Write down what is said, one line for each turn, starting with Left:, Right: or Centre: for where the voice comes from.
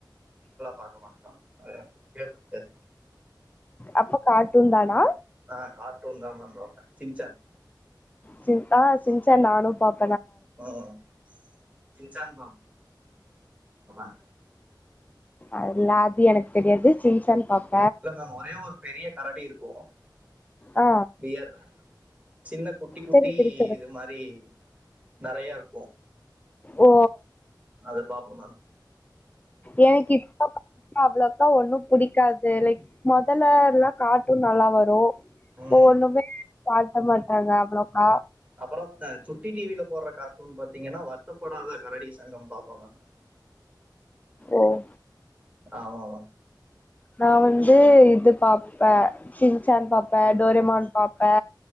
Right: பாக்க மாட்டன்டா அது பிடிக்கவே பிடிக்காது
Left: அப்ப கார்டூன் தானா
Right: நான் கார்ட்டூன் தான் பாப்பேன் சிஞ்சான்
Left: சின் ஆ சின்சான் நானும் பாப்
Right: ம் சின்சான் <unintelligible>
Left: அல்ல அது எனக்கு தெரியாது சின்சான்னு பாப்போம்
Right: இல்ல மேம் ஒரே ஒரு பெரிய கரடி இருக்கு <unintelligible>
Left: ஆ
Right: பியர் சின்ன குட்டி குட்டி
Left: தெரியு தெரியு சொல்லு
Right: இது மாரி நறைய இருக்கும்
Left: ஓ
Right: அது பாப்போம் தான்
Left: எனக்கு இப்ப அவ்ளோக்கா ஒண்ணும் புடிக்காது லைக் மொதல்ல எல்லாம் கார்ட்டூன் நல்லா வரும்
Right: ம்
Left: போ ஒணும காட்ட மாட்டாங்க அவ்ளோக்கா
Right: அப்புறம் சுட்டி டிவில போற கார்ட்டூன் பாத்தீங்கன்னா வருத்தப்படாத கரடி சங்கம் பாப்போ மேம்
Left: உம்
Right: ஆவ ஆவ
Left: நா வந்து இது பாப்பே சின்சான் பாப்பே டோரிமான் பாப் பே